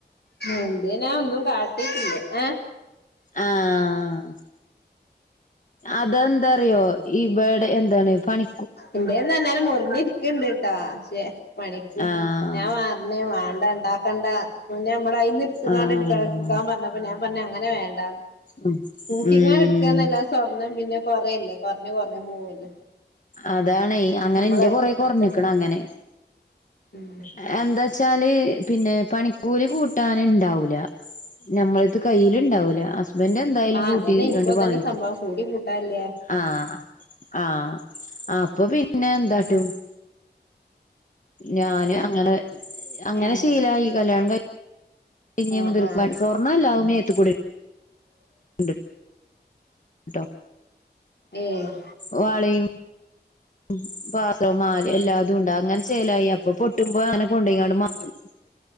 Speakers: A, on the left; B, on the left.
A: എന്ത്ന ഒന്നും കാട്ടി ആഹ്
B: ആഹ് അതെന്താറിയോ ഈ വടെ എന്താണ് പണി
A: എന്തേന്ന് പറന്നാല മുറിഞ്ഞി ഇരിക്കണ്ട് ട്ടോ പക്ഷെ പണിക്ക്
B: ആഹ്
A: ഞാൻ മാ ന്നെ ഉം വേണ്ട ണ്ടാക്കണ്ട പിന്നെ മ്മള അയന് എടുത്തണ്ട്ക്കാൻ
B: ആഹ്
A: പറഞ്ഞപ്പ ഞാൻ പറഞ്ഞങ്ങനെ വേണ്ടാന്ന്
B: ഉം
A: കൂട്ടിങ്ങാനെടുക്കാന്നല്ല
B: ഉം
A: സ്വർണ്ണം പിന്നെ കൊറേല്ലേ കൊറഞ്ഞ് കൊറഞ്ഞ് പോവല്ലേ
B: അതാണ് അങ്ങനെന്റെ
A: നമ്മള്
B: കൊറേ കുറഞ്ഞിക്കണ്
A: ഇട്ത്തെ
B: അങ്ങനെ
A: ഉം
B: എഹ് എന്താച്ചാല് പിന്നെ പണിക്കൂലി കൂട്ടാനിണ്ടാവൂല ഞമ്മളത് കയ്ൽ ഇണ്ടാവൂല
A: ഉം
B: ഹസ്ബൻറ് എന്തായാലും
A: ആഹ്
B: കൂട്ടി
A: അതന്നെ ഇൻക്കും
B: കണ്ട്
A: അതന്നെ
B: വാങ്ങിക്കു
A: സംഭവം കൂലി കൂട്ടാല്ല
B: ആഹ് ആഹ് അപ്പൊ പിന്നെ എന്താട്ടും
A: ഉം
B: ഞാന് അങ്ങനെ അങ്ങനെ
A: ഉം
B: ശീലായി കല്യാണം കയ് പിഞ്ഞെ
A: ആഹ്
B: മുതൽക്ക്
A: ആഹ്
B: <unintelligible> സ്വർണ്ണല്ലാ വ്മേത്ത്ക്കൂടി ണ്ട് ട്ടോ
A: ഏഹ്
B: വളിം ഉം, പാസോം മാലി എല്ലാതുംണ്ട് അങ്ങൻ ചേലായി അപ്പൊ പൊട്ടുമ്പോ അങ്ങനെ കൊണ്ടൊയ്കാണ്ട് മാറ്റും.